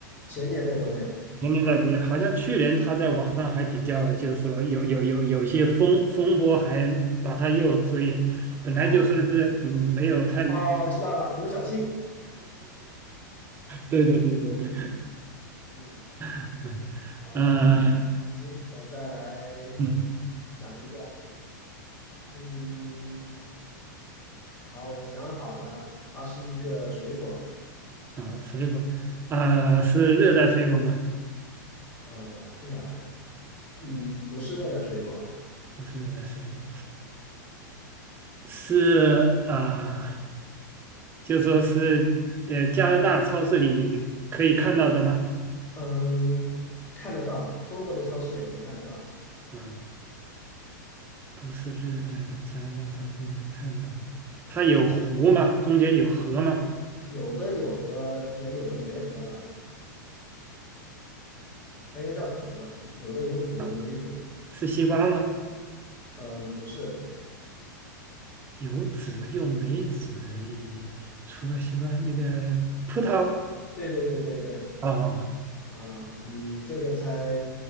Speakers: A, on the left; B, on the right.
A: 前年在国内。
B: 前年在国内，好像去年他在网上还比较，就是说有有有有些风风波，还把他又所以本来就算是嗯没有太，
A: 哦
B: <laughs>
A: 哦，知道了，刘晓庆。
B: 对对对对对，
A: 嗯，
B: <laughs>
A: 好，
B: 嗯
A: 行，我再来
B: 嗯
A: 想一个。嗯，好，我想好了，它是一个水果。
B: 啊水果啊是热带水果吗？
A: 呃，哎呀，嗯，不是热带水果吧？
B: 不是热带水果，是啊。就说是呃加拿大超市里可以看到的吗？
A: 嗯，看得到，中国的超市也能看得到，
B: 啊，不是热带的，加拿大超市里看到的它有湖吗？中间有河吗？
A: 有的有核，也有的没核了。它应该叫籽，有的有籽，有的没籽。
B: 啊，是西瓜吗？
A: 嗯，不是，
B: 有籽又没籽，也除了西瓜那个葡萄
A: 对对对对对，
B: 哦，
A: 啊，你这个猜